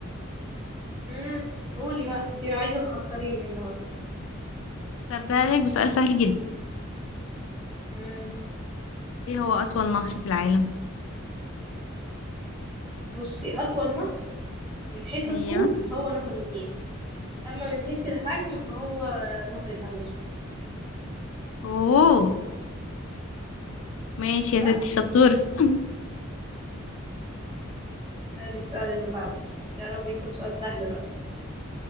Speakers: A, on the right; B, on the left.
A: مم. قولي بقى أنت عايزة تخسريني النهاردة
B: بس هبدأ لك بسؤال سهل جدا
A: مم.
B: ايه هو أطول نهر في العالم؟
A: بصي أطول نهر من حيث
B: ايوه
A: الطول فهو نهر النيل أما من حيث الحجم فهو نهر الأمازون
B: اوه ماشي
A: يبقى
B: يا ستي شطورة <laughs>
A: آه، ادي السؤال اللي بعده يا رب يكون سؤال سهل